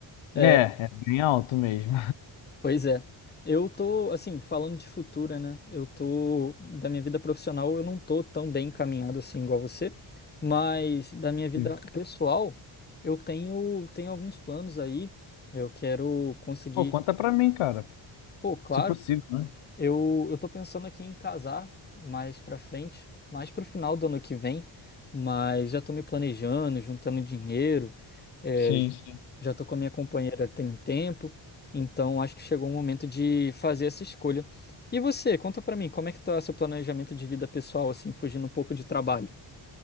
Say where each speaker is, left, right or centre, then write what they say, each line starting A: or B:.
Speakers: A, on the left; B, on the left.
A: É,
B: É,
A: é bem alto mesmo.
B: pois é. Eu tô, assim, falando de futura, né? Eu tô, da minha vida profissional, eu não tô tão bem encaminhado assim igual você, mas da minha vida
A: <laughs>
B: pessoal, eu tenho, tenho alguns planos aí. Eu quero conseguir,
A: Pô, conta pra mim, cara,
B: pô, claro.
A: se possível, né?
B: Eu, eu tô pensando aqui em casar mais pra frente, mais pro final do ano que vem, mas já tô me planejando, juntando dinheiro, é,
A: Sim,
B: j-
A: sim.
B: já tô com a minha companheira tem um tempo, então acho que chegou o momento de fazer essa escolha. E você, conta pra mim, como é que tá seu planejamento de vida pessoal, assim, fugindo um pouco de trabalho?